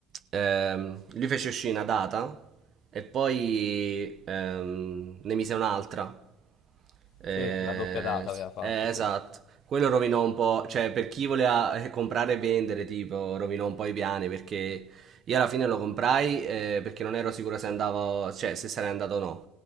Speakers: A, on the right; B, on the left.
A: ehm, lui fece uscire una data e poi ehm, ne mise un'altra. Eh,
B: Sì, la doppia data
A: s-
B: aveva fatto,
A: eh,
B: sì.
A: esatto.
B: Ma
A: Quello rovinò un po', cioè per chi voleva eh, comprare e vendere, tipo, rovinò un po' i piani perché io alla fine lo comprai eh, perché non ero sicuro se andavo, cioè se sarei andato o no.